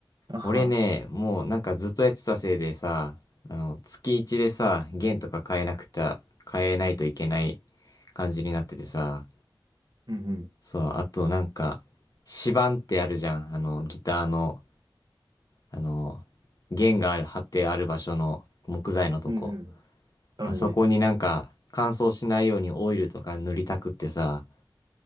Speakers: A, on the right (about 55°); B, on the left (about 50°).
A: あは。
B: 俺ね、もうなんかずっとやってたせいでさ、あの、月一でさ、弦とか変えなくて、変えないといけない感じになっててさ、
A: うんうん。
B: そう、あとなんか、指板ってあるじゃん。あの、ギターの、あの、弦がある、張ってある場所の木材のとこ。
A: うんうん。あるね。
B: あそこになんか、乾燥しないようにオイルとか塗りたくってさ、